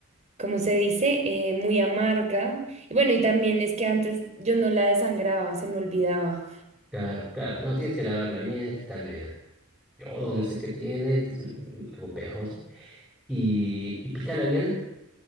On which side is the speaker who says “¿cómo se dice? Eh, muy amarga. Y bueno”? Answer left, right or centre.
Right